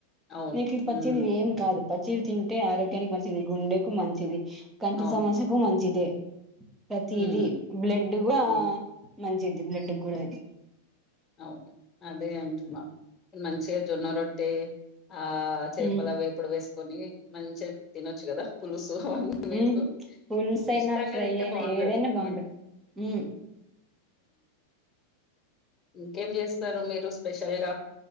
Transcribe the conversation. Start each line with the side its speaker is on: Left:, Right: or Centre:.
Left: అవును.
Right: నీకు ఈ పచ్చేదివి
Left: హ్మ్.
Right: ఏం కాదు పచ్చి తింటే ఆరోగ్యానికి మంచిది గుండెకు మంచిది కంటి
Left: అవును.
Right: సమస్యకు మంచిదే ప్రతిది
Left: హ్మ్.
Right: బ్లడ్ కూడా
Left: హ్మ్.
Right: మంచిది బ్లడ్ కూడా ఇది
Left: అవు అదే అంటున్న ఈ మంచిగా జొన్న రొట్టె ఆ చేపల
Right: ఉమ్
Left: వేపుడు వేసుకొని మంచిగా తినొచ్చు కదా పులుసు సో మీకు
Right: ఉమ్ పులుసు అయినా
Left: ఇష్టంగా
Right: ఫ్రై
Left: తింటే
Right: అయినా
Left: బాగుంటది
Right: ఏదైనా బాగుంటది
Left: హు
Right: ఉమ్,
Left: ఇంకేం చేస్తారు మీరు స్పెషల్ గా